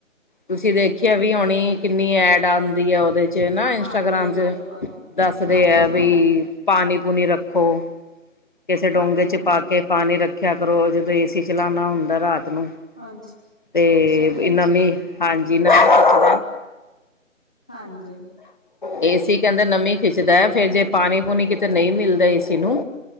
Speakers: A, on the left; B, in the centre.
A: ਤੁਸੀਂ ਦੇਖਿਆ ਵੀ ਹੋਣੀ ਕਿੰਨੀ ਐਡ ਆਦੀ ਹੈ ਉਹਦੇ ਚ, ਚ ਨਾ ਇੰਸਟਾਗ੍ਰਾਮ
B: ਹਾਂਜੀ
A: ਚ
B: ਬਿਲਕੁਲ,
A: ਦੱਸਦੇ
B: ਹਾਂਜੀ,
A: ਹੈ ਬਈ,
B: ਹਾਂਜੀ,
A: ਪਾਣੀ ਪੂਣੀ ਰੱਖੋ ਕਿਸੇ ਡੋਂਗੇ
B: ਹਾਂਜੀ,
A: 'ਚ
B: ਹਾਂਜੀ।
A: ਪਾ ਕੇ ਪਾਣੀ ਰੱਖ, ਰਖਿਆ ਕਰੋ ਜਦੋਂ ਏਸੀ ਚਲਾਣਾ ਹੁੰਦਾ ਰਾਤ ਨੂੰ
B: ਅੱਛਾ,
A: ਤੇ
B: ਅੱਛਾ ਜੀ,
A: ਨਮੀਂ ਹਾਂਜੀ ਨਮੀਂ
B: ਹਾਂਜੀ,
A: ਏਸੀ ਕਹਿੰਦੇ ਨਮੀ ਖਿੱਚਦਾ ਹੈ ਫੇਰ ਜੇ ਪਾਣੀ ਪੂਣੀ ਕਿਤੇ ਨਹੀਂ ਮਿਲ ਤੇ ਏਸੀ ਨੂੰ